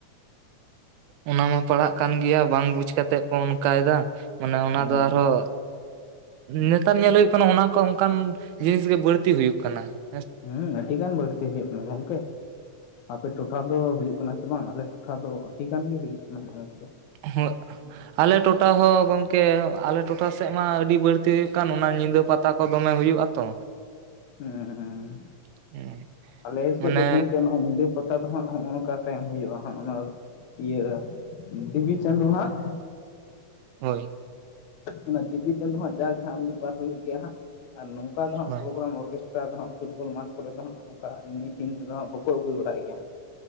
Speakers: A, on the right (about 80°); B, on the left (about 80°).
A: ᱚᱱᱟ ᱢᱟ ᱯᱟᱲᱟᱜ ᱠᱟᱱ ᱜᱮᱭᱟ ᱵᱟᱝ ᱵᱩᱡᱽ ᱠᱟᱛᱮᱜ ᱠᱚ ᱚᱱᱠᱟᱭᱫᱟ, ᱢᱟᱱᱮ ᱚᱱᱟ
B: ᱦᱩᱸ
A: ᱫᱚ ᱟᱨᱦᱚᱸ ᱱᱮᱛᱟᱨ ᱧᱮᱞ ᱦᱩᱭᱩᱜ ᱠᱟᱱᱟ ᱚᱱᱟ ᱠᱚ ᱚᱱᱠᱟᱱ ᱡᱤᱱᱤᱥᱜᱮ ᱵᱟᱹᱲᱛᱤ ᱦᱩᱭᱩᱜ ᱠᱟᱱᱟ ᱾
B: ᱦᱩᱸ ᱟᱹᱰᱤ ᱜᱟᱱ ᱵᱟᱹᱲᱛᱤ ᱦᱩᱭᱩᱜ ᱠᱟᱱᱟ ᱜᱚᱝᱠᱮ ᱟᱯᱮ ᱴᱩ ᱴᱚᱴᱷᱟ ᱫᱚ ᱦᱩᱭᱩᱜ ᱠᱟᱱᱟ ᱥᱮ ᱵᱟᱝ? ᱟᱞᱮ ᱴᱚᱴᱷᱟ ᱫᱚ ᱟᱹᱰᱤ ᱜᱟᱱ ᱜᱮ ᱦᱩᱭᱩᱜ ᱠᱟᱱᱟ, ᱤᱱᱟᱹ ᱠᱚᱫᱚ ᱾
A: ᱦᱸᱻ <unintelligible> ᱟᱞᱮ ᱴᱚᱴᱷᱟ ᱦᱚᱸ ᱜᱚᱢᱠᱮ ᱟᱞᱮ ᱴᱚᱴᱷᱟ ᱥᱮᱜ ᱢᱟ ᱟᱹᱰᱤ ᱵᱟᱹᱲᱛᱤ ᱦᱩᱭᱩᱜ ᱠᱟᱱ ᱚᱱᱟ ᱧᱤᱫᱟᱹ ᱯᱟᱛᱟ ᱠᱚ᱾ ᱠᱚ ᱫᱚᱢᱮ ᱦᱩᱭᱩᱜᱼᱟ ᱛᱚ᱾
B: ᱦᱩᱸᱻ
A: <unintelligible>
B: ᱟᱞᱮ ᱥᱮᱫ
A: ᱢᱟᱱᱮ
B: ᱫᱚ ᱜᱚᱝᱠᱮ <unintelligible> ᱯᱟᱛᱟ ᱫᱚ ᱦᱟᱸᱜ ᱦᱚᱸᱜ-ᱚ ᱱᱚᱝᱠᱟ ᱛᱟᱸᱦᱮ ᱦᱩᱭᱩᱜ-ᱟ ᱦᱟᱸᱜ ᱚᱱᱟ ᱤᱭᱟᱹ ᱫᱮᱵᱤ ᱪᱟᱸᱫᱩ ᱦᱟᱸᱜ᱾
A: ᱦᱳᱭ
B: ᱚᱱᱟ ᱫᱮᱵᱤ ᱪᱟᱸᱫᱚ ᱦᱟᱜ ᱡᱟᱜᱮ ᱦᱟᱸᱜ ᱢᱤᱫ ᱵᱟᱨ ᱦᱩᱭᱩᱜ ᱜᱮᱭᱟ ᱦᱟᱸᱜ ᱟᱨ ᱱᱚᱝᱠᱟ ᱫᱚ ᱦᱟᱸᱜ
A: ᱦᱳᱭ
B: ᱯᱨᱳᱜᱨᱟᱢ ᱚᱨᱜᱮᱥ ᱫᱚ ᱦᱟᱜ ᱯᱷᱩᱴᱵᱚᱞ ᱢᱟᱴᱷ ᱠᱚᱨᱮ ᱫᱚ ᱦᱟᱜ ᱚᱱᱠᱟ ᱮᱢᱱᱤ ᱫᱤᱱ ᱨᱮᱫᱚ ᱵᱟᱠᱚ ᱟᱹᱜᱩ ᱵᱟᱲᱟᱭ ᱜᱮᱭᱟ ᱦᱟᱸᱜ